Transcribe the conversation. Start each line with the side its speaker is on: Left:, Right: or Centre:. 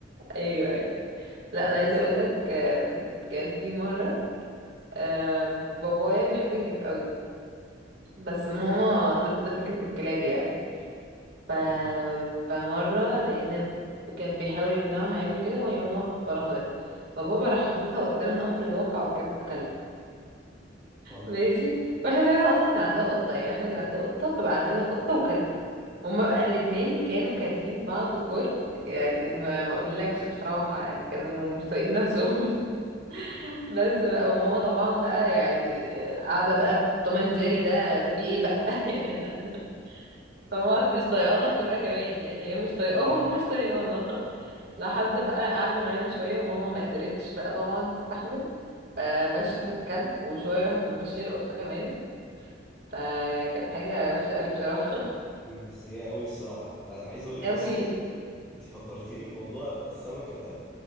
Right: ايوه ايوه لا انا
Centre: بس
Right: عايزه اقول لك آه، كان في مره آه، بابايا بيحب الكلاب قوي بس ماما
Centre: مم.
Right: ضد فكره الكلاب يعني ف...
Centre: مم.
Right: فمره لان كان بيحاول يقنعها يعني وكده وهي ماما رفضت فبابا راح حاططها قدام الامر الواقع وجاب كلب
Centre: طيب
Right: ماشي واحنا زمان اصلا كان عندنا قطه يعني احنا كان عندنا قطه فبقى عندنا قطه وكلب هما بقى الاتنين كانوا كارهين بعض كور يعني ما ما اقولكش بصراحه يعني كانوا مش طايقين نفسهم <laughs> بس بقى وماما طبعا بقى يعني آه، قاعده بقى في توم اند جيري ده ده في ايه بقى <laughs> يعني طبعا مش طايقانا احنا بقى كمان يعني هي مش طايقاهم
Centre: مم.
Right: ومش طايقانا <laughs> لحد بقى قعدوا معانا شويه وماما ما قدرتش بقى طبعا تستحمل فمشت الكلب وشويه راحت مشيه القطه كمان فكانت حاجة وحشة قوي بصراحة
Centre: دي سيئة أوي الصراحة طيب أنا
Right: <laughs>
Centre: عايز أقولك
Right: قوي
Centre: أصلا أنت فكرتيني بموضوع السمكة ده